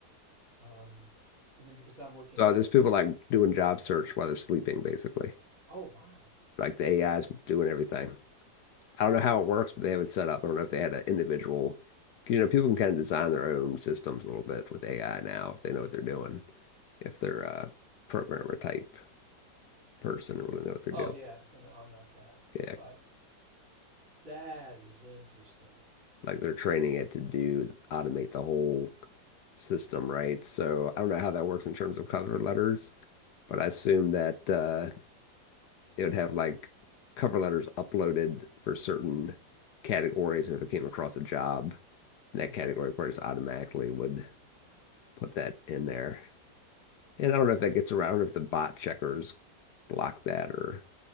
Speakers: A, on the right; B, on the left.
A: Um, and then because I'm working
B: So
A: in,
B: there's people like doing job search while they're sleeping, basically.
A: oh wow,
B: Like the AI is doing everything. I don't
A: oh
B: know
A: wow,
B: how it works, but they have it set up. I don't know if they had an individual, 'cause, you know, people can kind of design their own systems a little bit with AI now if they know what they're doing. if they're a programmer type person or really know what they're
A: oh
B: doing.
A: yeah, well, no, I'm not that,
B: Yeah,
A: but that is interesting.
B: like they're training it to do automate the whole system, right? So I don't know how that works in terms of cover letters, but I assume that uh, it would have like cover letters uploaded for certain categories, and if it came across a job, that
A: Mm-hmm.
B: category person automatically would put that in there.
A: Yeah.
B: And I don't know if that gets around if the bot checkers block that or